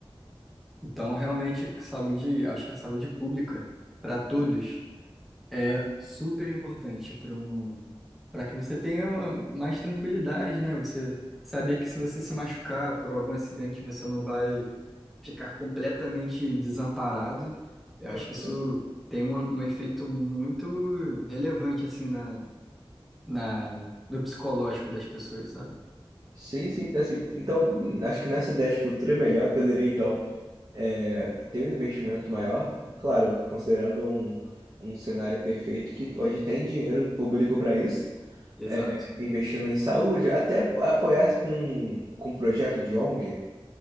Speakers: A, in the centre; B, on the right.
A: Então, realmente, saúde, acho que a saúde pública para todos. É super importante para um, para que você tenha mais tranquilidade, né? Você saber que se você se machucar por algum acidente, você não vai ficar completamente desamparado. Eu acho
B: Uhum.
A: que isso tem um, um efeito muito relevante assim na, na no psicológico das pessoas, sabe?
B: Sim, sim, assim, então acho que nessa ideia de futuro é melhor, poderia então é, ter um investimento maior, claro, considerando um, um cenário perfeito que onde tem dinheiro público para isso, é,
A: Exato.
B: investindo em saúde, até apoiar com, com projeto de ONG,